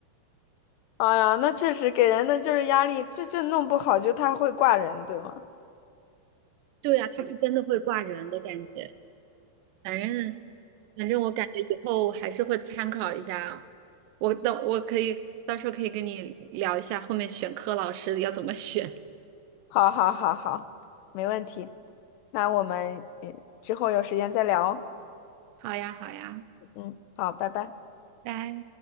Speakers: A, on the left (about 85°); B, on the right (about 75°).
A: 哎呀，那确实给人的就是压力，这这弄不好就他会挂人，对吗？
B: 对呀，他是真的会挂人的感觉。反正反正我感觉以后还是会参考一下啊。我等我可以到时候可以跟你聊一下后面选科老师要怎么选。
A: 好，好，好，好，没问题。那我们嗯之后有时间再聊哦。
B: 好呀，好呀，
A: 嗯，好，拜拜。
B: 拜。